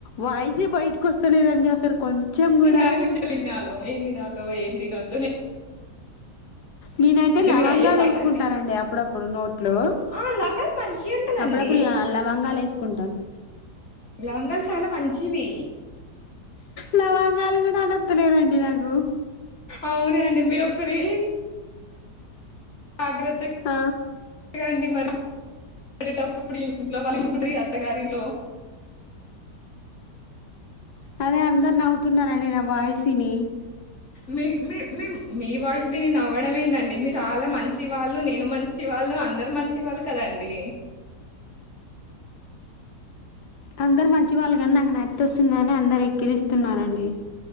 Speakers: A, on the left; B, on the left.
A: వాయిసే బయటకి వస్తలేదండి అసలు కొంచెం
B: నింగ
A: కూడా
B: అది గుంచలినళ ఏందినాలు హలో ఏం తినొద్దుని
A: నేనైతే లవంగాలు
B: మీరు అయ్యే ఫాస్ట్
A: వేసుకుంటానండి
B: అండి
A: అప్పుడప్పుడు నోట్లు
B: ఆ లంగాలు మంచిగ ఉంటదండి
A: అప్పుడప్పుడు లవంగాలు వేసుకుంటానుల
B: లవంగాలు చాలా మంచివి
A: లవాంగాలు కూడా అనత్తలేదండి నాకు
B: అవున అండి మీరు ఒకసారి జాగ్రత్త
A: ఆ
B: అగాండి మరి పడేటప్పుడు ఇంట్లో వాళ్ళ ఉంటున్నారు అత్తగారిలో
A: అదే అందరు నవ్వుతున్నారండి నా వాయసుని
B: మీ మే మీ వాయిస్ విని నవ్వడం ఏందండి మీరు వాళ మంచివాళ్ళు నేను మంచి వాళ్ళు అందరు మంచివాళ్ళు కదండి
A: అందరు మంచి వాళ్ళు కాని నాకు నతి వస్తుందిని అందరు ఎక్కిరిస్తున్నారండి